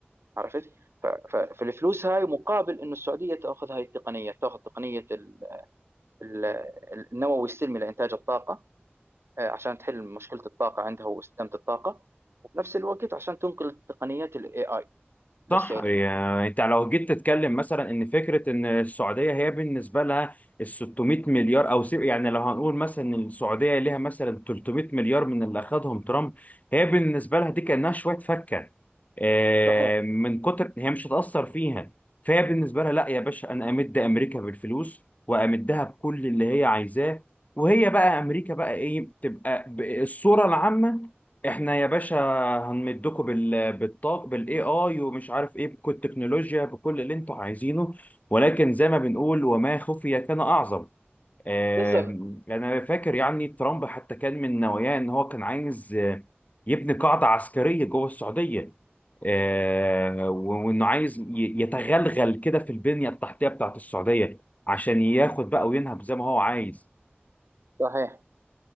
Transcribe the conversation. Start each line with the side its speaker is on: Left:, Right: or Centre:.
Right: عرفت ف- ف- فالفلوس هاي مقابل أنه السعودية تأخذ هاي التقنية تأخذ تقنية ال ال- النووي السلمي لإنتاج الطاقة آه، عشان تحل مشكلة الطاقة عندها واستدامة الطاقة وفي نفس الوقت عشان تنقل تقنيات ال AI للسعودية
Left: صح يعني انت لو جيت تتكلم مثلا ان فكره ان السعوديه هي بالنسبه لها ال 600 مليار او سي- يعني لو هنقول مثلا ان السعوديه ليها مثلا 300 مليار من اللي اخذهم ترامب هي بالنسبه لها دي كانها شويه فكه آه،
Right: صحيح
Left: من كتر هي مش هتاثر فيها فهي بالنسبه لها لا يا باشا انا امد امريكا بالفلوس وامدها بكل اللي هي عايزاه وهي بقى امريكا بقى ايه تبقى ب- الصوره العامه احنا يا باشا هنمدكوا بال بالطاق بالاي اي ومش عارف ايه بكل التكنولوجيا بكل اللي انتوا عايزينه ولكن زي ما بنقول وما خفي كان اعظم آم،
Right: بالضبط
Left: انا فاكر يعني ترامب حتى كان من نواياه ان هو كان عايز آه، يبني قاعده عسكريه جوه السعوديه آه، وانه عايز ي- يتغلغل كده في البنيه التحتيه بتاعت السعوديه عشان ياخد بقى وينهب زي ما هو عايز
Right: صحيح